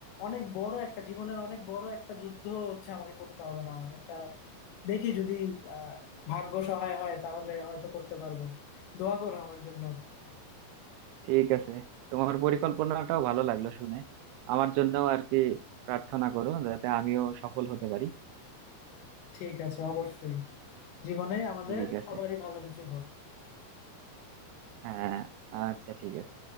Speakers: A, on the left (about 75°); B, on the right (about 80°).
A: অনেক বড় একটা জীবনের অনেক বড় একটা যুদ্ধ হচ্ছে আমাকে করতে হবে না এটা দেখি যদি আহ ভাগ্য সহায় হয় তাহলে হয়তো করতে পারবো দোয়া করো আমার জন্য
B: ঠিক আছে তোমার পরিকল্পনাটাও ভালো লাগলো শুনে আমার জন্য আর কি প্রার্থনা করো যাতে আমিও সফল হতে পারি
A: ঠিক আছে অবশ্যই জীবনে আমাদের
B: ঠিক আছে
A: সবারই ভালো কিছু হোক
B: হ্যাঁ আচ্ছা ঠিক আছে